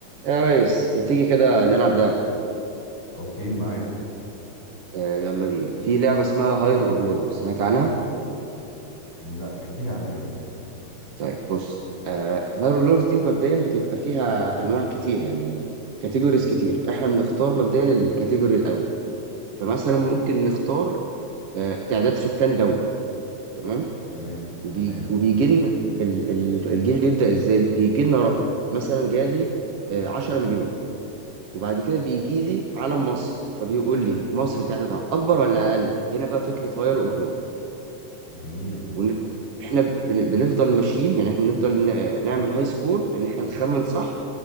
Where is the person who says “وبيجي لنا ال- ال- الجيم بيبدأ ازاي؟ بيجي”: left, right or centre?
Right